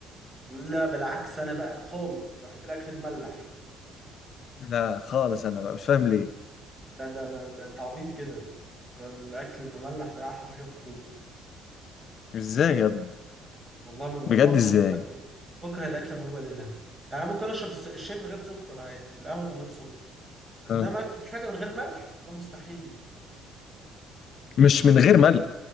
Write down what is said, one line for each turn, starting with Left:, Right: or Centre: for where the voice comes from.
Right: لا بالعكس أنا بقى خالص أنا بحب الأكل المملح
Left: لا خالص انا بقى مش فاهم ليه
Right: لا ده ما ده أنت عبيط كده ده الأكل المملح ده أحلى حاجة في الدنيا
Left: ازاي يا ابني
Right: والله ما-
Left: بجد
Right: بكره
Left: ازاي
Right: الأكل. بكره الاكل من غير بديلها يعني ممكن اشرب الس- الشاي من غير سكر عادي والقهوه من غير سكر انما
Left: آه.
Right: اكل حاجه من غير ملح ده مستحيل
Left: مش من غير ملح